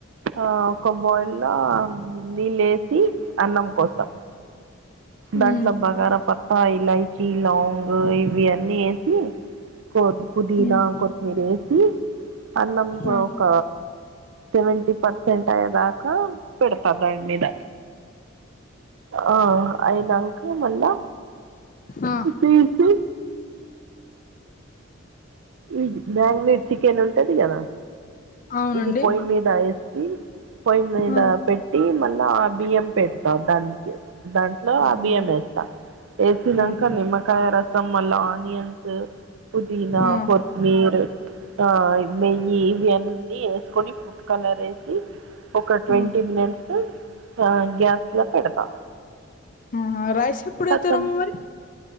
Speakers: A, on the right; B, on the left.
A: ఆ ఒక బాయిల్ల నీళ్లేసి అన్నం కోసం దాంట్లో
B: ఉమ్
A: బగారా పత్తా ఇలయిచి లాంగ్ ఇవి అన్నీ ఏస్ సి కొ పుదీనా
B: ఉమ్
A: కొత్తిమీర వేసి అన్నం కొ
B: ఆ
A: ఒక సెవెంటీ పర్సెంట్ అయ్యేదాకా పెడత దాని మీద ఆ అయినాంక మళ్ళా
B: ఆ
A: తీసి ఈ మ్యాంగ్లీ చికెన్ ఉంటది కదా
B: అవునండి
A: ఇది పొయ్యి మీద ఏసి పొయ్యి మీద
B: ఆ
A: పెట్టి మళ్ళా ఆ బియ్యం పెట్ ప్రధన్ కి దాంట్లో
B: అవునా
A: ఆ బియ్యం వేస్తా వేసినంక
B: ఆహా
A: నిమ్మకాయ రసం మళ్ళా ఆనియన్ స్ పుదీనా
B: ఆ
A: కొత్మీర్ ఆ నెయ్యి ఇవి అన్నీ వేసుకొని ఫుడ్ కలర్ ఏసి ఒక ట్వంటీ
B: ఉమ్
A: మినిట్స్ ఆ గ్యాస్ లో పెడతాం
B: ఆ రైస్ ఎప్పుడవుతారమ్మా
A: కతం
B: మరి